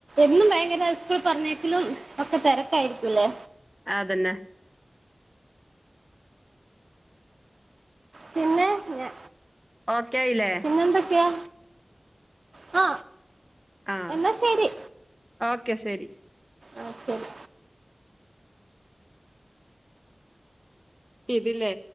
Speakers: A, on the right; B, in the centre.
A: ഇന്നും ഭയങ്കര സ്കൂള് പറഞ്ഞയക്കലും ഒക്കെ തിരക്കായിരിക്കുംല്ലേ
B: അതന്നെ
A: പിന്നെ ഞാ
B: ഓക്കെ ആയില്ലേ
A: പിന്നെന്തൊക്കെയാ ആ
B: ആ
A: എന്നാ ശരി
B: ഓക്കെ ശെരി
A: ആ ശെരി
B: ഇതില്ലേ